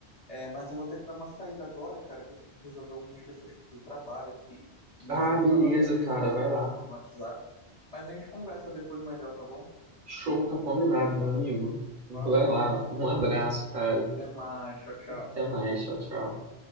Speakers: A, on the left; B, on the right.
A: É, mas eu vou ter que dar uma saída agora, cara, que eu tenho que resolver algumas questões do trabalho aqui. Minha
B: Ah,
A: chefe
B: beleza,
A: estava até me chamando
B: cara, vai
A: aqui
B: lá.
A: no no WhatsApp. Mas a gente conversa depois melhor, tá bom?
B: Show, tá combinado, meu amigo. Vai
A: Valeu,
B: lá,
A: irmão.
B: um
A: Então,
B: abraço, cara.
A: até mais. Tchau, tchau.
B: Até mais, tchau, tchau.